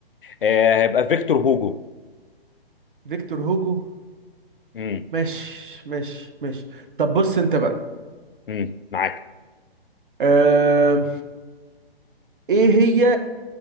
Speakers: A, on the left; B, on the right.
A: آه هيبقى فيكتور هوجو
B: فيكتور هوجو
A: امم
B: ماشي ماشي ماشي طب بص انت بقى
A: امم معاك
B: آه... ايه هي